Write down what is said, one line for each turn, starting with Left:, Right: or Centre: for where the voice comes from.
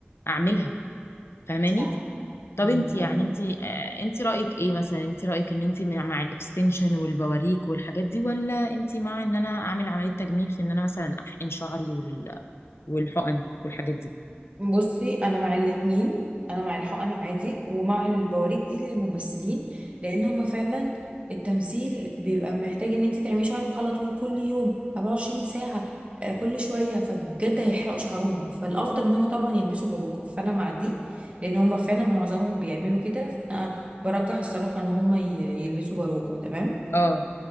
Left: اعملها فاهماني
Right: صح
Left: طب
Right: امم
Left: انت يعني انت آه، انت رأيك ايه مثلا انت رأيك ان انت مع الاكستنشن والبواريك والحاجات دي ولا انت مع ان انا اعمل عملية تجميل في ان انا مثلا احقن شعري وال- والحقن والحاجات دي
Right: بصي انا مع الاتنين انا مع الحقن عادي ومع البواريك دي للممثلين لان هما فعلا التمثيل بيبقى محتاج ان انت تعملي شعرك على طول كل يوم 24 ساعة آه، كل شوية فبجد هيحرقوا شعرهم فالافضل ان هما طبعا يلبسوا باروكة فانا مع دي لان هما فعلا معظمهم بيعملوا كده فانا برجح الصراحة ان هما ي- يلبسوا باروكة تمام
Left: اه